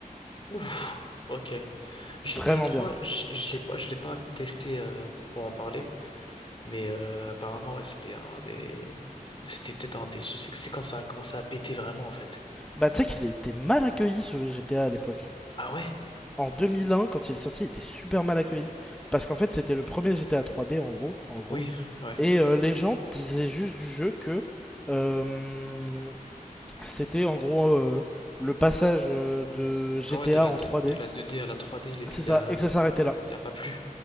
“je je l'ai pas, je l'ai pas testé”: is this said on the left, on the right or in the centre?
Left